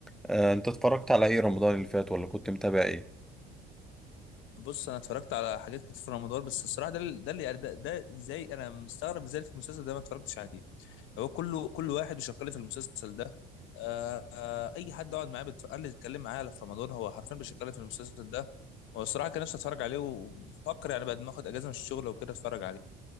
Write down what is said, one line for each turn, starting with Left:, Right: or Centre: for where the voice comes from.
Centre: آه انت اتفرجت على ايه رمضان اللي فات ولا كنت متابع ايه؟
Left: بص انا اتفرجت على حاجات كتير في رمضان بس الصراحه ده ال- ده اللي يعني ده, ده زي انا مستغرب ازاي في المسلسل ده ما اتفرجتش عليه هو كله كل واحد بيشكل في المسلسل ده آه آه، اي حد اقعد معاه بتقل لي اتكلم معاه على في رمضان هو حرفيا بيشكل في المسلسل ده والصراحه كان نفسي اتفرج عليه وبفكر يعني بعد ما اخد اجازه من الشغل وكده اتفرج عليه